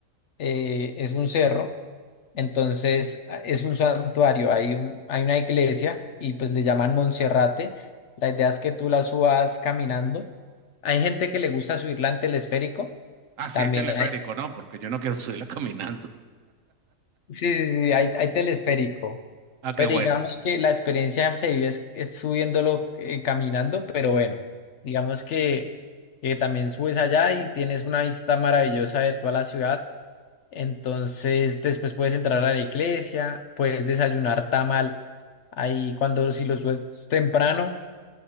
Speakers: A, on the left; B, on the right.
A: eh, es un cerro, entonces a- es un santuario, hay un, hay una iglesia y pues le llaman Monserrate, la idea es que tú la subas caminando, hay gente que le gusta subirla en telesférico,
B: Ah, sí,
A: también
B: hay teleférico,
A: hay,
B: ¿no? Porque yo no quiero subirla <laughs> caminando.
A: sí, sí, sí, hay, hay telesférico.
B: Ah, qué
A: Pero
B: bueno.
A: digamos que la experiencia se vive es, es subiéndolo eh, caminando, pero bueno, digamos que, que también subes allá y tienes una vista maravillosa de toda la ciudad. Entonces, después puedes entrar a la iglesia, puedes desayunar tamal ahí cuando si lo subes temprano